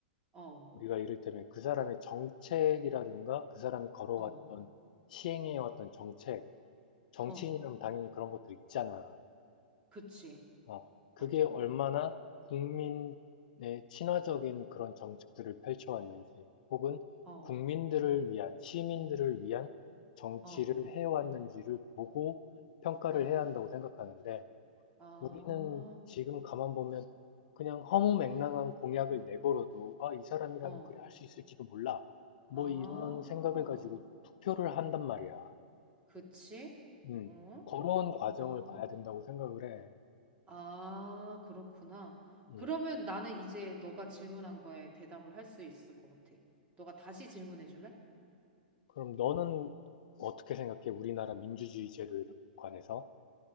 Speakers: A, on the right; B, on the left.
A: 어,
B: 우리가 이를테면 그 사람의 정책이라든가, 그 사람이 걸어왔던,
A: 어,
B: 시행해왔던 정책, 정치인이라면
A: 어,
B: 당연히 그런 것도 있잖아.
A: 그치.
B: 어, 그게
A: 맞아.
B: 얼마나 국민의 친화적인 그런 정책들을 펼쳐왔는지, 혹은
A: 어,
B: 국민들을 위한, 시민들을 위한 정치를
A: 어,
B: 해왔는지를 보고 평가를
A: 어,
B: 해야 한다고 생각하는데,
A: 아,
B: 우리는 지금 가만 보면 그냥 허무맹랑한 공약을 내걸어도, 아, 이 사람이라면
A: 어,
B: 그래 할 수 있을지도 몰라. 뭐
A: 아,
B: 이런 생각을 가지고 투표를 한단 말이야.
A: 그치?
B: 음.
A: 어?
B: 걸어온 과정을
A: 아,
B: 봐야 된다고 생각을 해.
A: 아, 그렇구나.
B: 음.
A: 그러면 나는 이제 너가 질문한 거에 대답을 할 수 있을 것 같아. 너가 다시 질문해 줄래?
B: 그럼 너는 어떻게 생각해? 우리나라 민주주의 제도에 관해서?